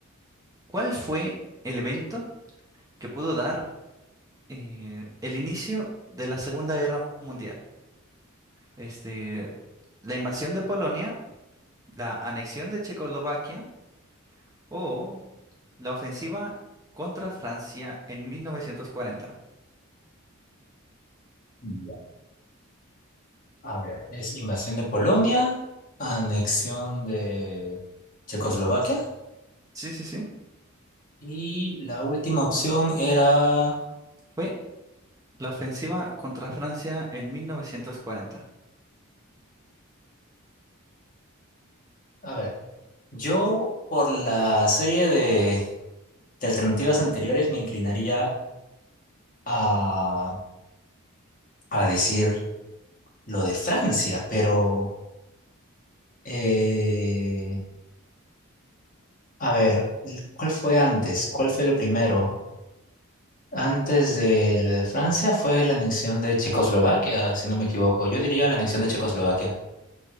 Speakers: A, on the right; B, on the left.
A: ¿Cuál fue el evento que pudo dar eh, el inicio de la Segunda Guerra Mundial? Este, la invasión de Polonia la anexión de Checoslovaquia o la ofensiva contra Francia en mil novecientos cuarenta
B: Ya. A ver, es invasión de Polonia, anexión de Checoslovaquia
A: Sí, sí, sí.
B: y la última opción era,
A: Fue la ofensiva contra Francia en 1940.
B: a ver, yo por la serie de, de alternativas anteriores me inclinaría a, a decir lo de Francia, pero eh, a ver, ¿cuál fue antes? ¿Cuál fue lo primero? Antes de lo de Francia fue la anexión de Checoslovaquia, si no me equivoco. Yo diría la anexión de Checoslovaquia.